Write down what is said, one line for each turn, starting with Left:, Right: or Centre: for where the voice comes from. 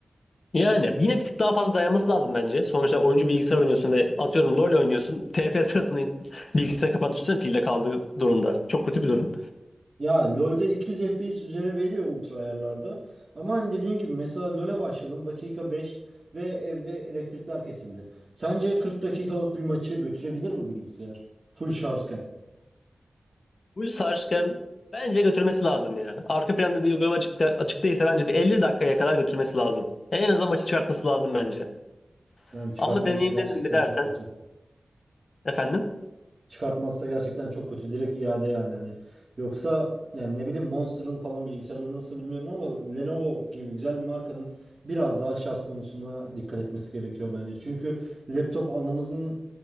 Left: Yani yine bir tık daha fazla dayanması lazım bence. Sonuçta oyuncu bilgisayar oynuyorsun ve atıyorum LoL oynuyorsun. TP sırasında bilgisayar kapandı düşünsene pilde kaldığı durumda. Çok kötü bir durum.
Right: Ya LoL'de 200 FPS üzere veriyor ultra ayarlarda. Ama hani dediğin gibi mesela LoL'e başladım dakika 5 ve evde elektrikler kesildi. Sence 40 dakikalık bir maçı götürebilir mi bilgisayar? Full şarjken.
Left: Bu yüzden sarışken bence götürmesi lazım ya. Arka planda bir uygulama açık, açık değilse bence bir 50 dakikaya kadar götürmesi lazım. En azından maçı çıkartması lazım bence.
Right: Yani çıkartması
Left: Ama deneyimledim
Right: gerçekten
Left: mi dersen
Right: çok kötü.
Left: efendim
Right: Çıkartmazsa gerçekten çok kötü. Direkt iade yani hani. Yoksa yani ne bileyim Monster'ın falan bilgisayarları nasıl bilmiyorum ama Lenovo gibi güzel bir markanın biraz daha şarj konusuna dikkat etmesi gerekiyor bence. Çünkü laptop almamızın